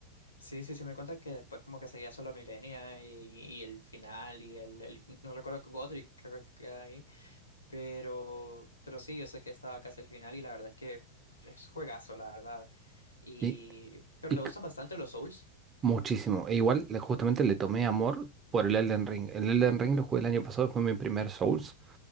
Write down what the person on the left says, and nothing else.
Sí, sí, sí, me cuenta que después como que seguía solo Milenia y, y el final y el, el- no recuerdo, Godric creo que queda ahí, pero, pero sí, yo sé que estaba casi el final y la verdad es que es juegazo, la verdad. Y,
pero
te
gustan bastante los Souls.